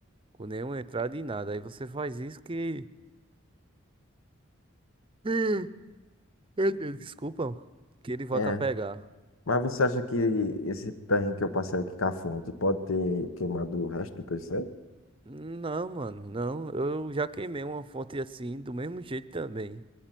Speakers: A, on the right (about 25°); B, on the left (about 85°).
A: com nenhuma entrada e nada. Aí você faz isso que. <laughs> Hum, ai, meu, Desculpa, que ele volta
B: É.
A: a pegar.
B: Mas você acha que esse perrengue que eu passei aqui com a fonte pode ter queimado o resto do PC?
A: Não, mano, não. Eu já queimei uma fonte assim, do mesmo jeito também.